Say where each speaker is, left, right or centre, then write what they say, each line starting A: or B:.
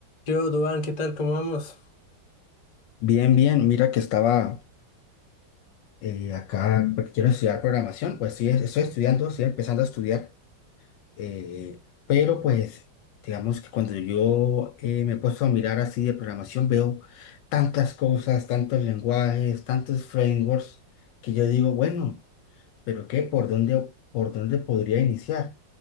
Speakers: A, on the left (about 40°); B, on the left (about 75°).
A: Yo, hubo, Duván? ¿Qué tal? ¿Cómo vamos?
B: Bien, bien, mira que estaba eh, acá, porque quiero estudiar programación, pues sí, estoy estudiando, estoy empezando a estudiar, eh, pero pues digamos que cuando yo eh, me he puesto a mirar así de programación veo tantas cosas, tantos lenguajes, tantos frameworks, que yo digo, bueno, pero ¿qué? ¿Por dónde, por dónde podría iniciar?